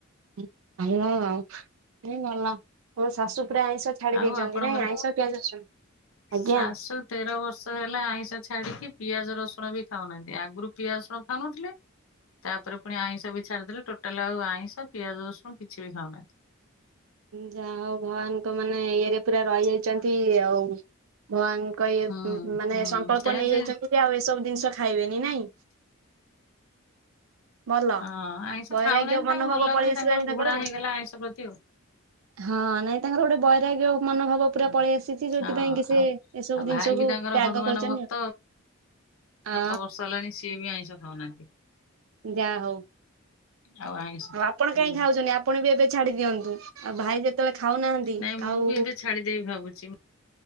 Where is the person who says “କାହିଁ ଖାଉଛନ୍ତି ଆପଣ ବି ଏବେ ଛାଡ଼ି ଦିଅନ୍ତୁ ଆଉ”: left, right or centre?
Right